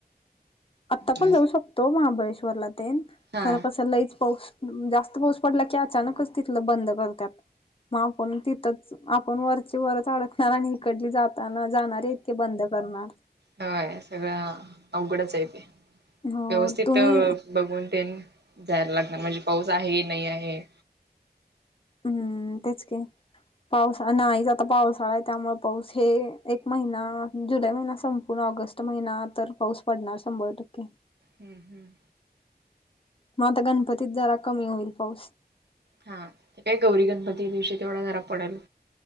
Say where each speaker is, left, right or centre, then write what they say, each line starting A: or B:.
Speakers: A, on the left; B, on the right.
A: आत्ता
B: हा.
A: पण जाऊ शकतो. महाबळेश्वरला ते
B: हा
A: खरं कसं लईच पाऊस जास्त पाऊस पडला. की अचानकच तिथ बंद करतात. म आपण तिथच आपण वरची वरच अडकणार आणि इकडली जाताना. जाणारे इतके बंद करणार
B: वय सगळं अवघडचं तेे
A: हो
B: व्यवस्थित
A: तुम्ही
B: बघून तेन जायला लागणार. म्हणजे पाऊस आहे नाही आहे.
A: हम्म तेच की पावस नाहीच आता पावसाळा आहे. त्यामुळे पाऊस हे एक महिना जुलै महिना संपूर्ण ऑगस्ट महिना तर पाऊस पडणार शंभर टक्के!
B: हम्म हम्म
A: मग आता गणपतीत जरा कमी होईल पाऊस
B: हा काय गौरी गणपती दिवशी तेवढा जरा पडेल.